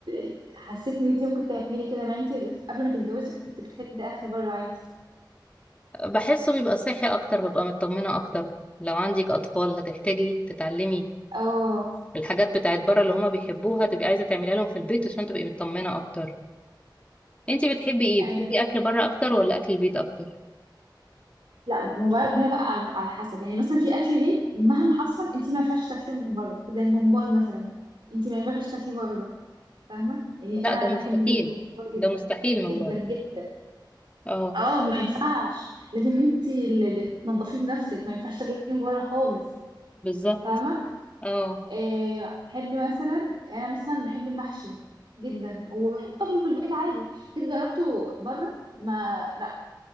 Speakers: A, on the right; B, on the left.
A: ال- حسيتي ان انت ممكن تعملي كده ما انت قبل ما تتجوزي كنت بتحبي اكل بره عادي
B: بحسه بيبقى صحي اكتر ببقى مطمنة اكتر لو عندك اطفال هتحتاجي تتعلمي
A: اه
B: الحاجات بتاعت بره اللي هما بيحبوها تبقي عايزة تعمليها لهم في البيت عشان تبقي مطمنة اكتر انتي بتحبي ايه
A: ايوه
B: بتحبي اكل بره اكتر ولا اكل البيت اكتر
A: لا موبايل هنا بقى على على حسب يعني مثلا في اكل بيت مهما حصل انت ما ينفعش تاكليه من بره زي الممبار مثلا انت ما ينفعش تاكليه بره فاهمة يعني
B: لا
A: أنا
B: ده مستحيل
A: بحب ج- جمهور جدا
B: ده مستحيل
A: جدا
B: من بره
A: جدا
B: اه
A: اه ما ينفعش لازم انت اللي اللي تنضفيه بنفسك ما ينفعش تاكليه من بره خالص
B: بالظبط
A: فاهمة
B: اه
A: آه، أحب مثلا أنا مثلا بحب المحشي جدا وبحب أكله في البيت عادي جيت جربته بره ما لا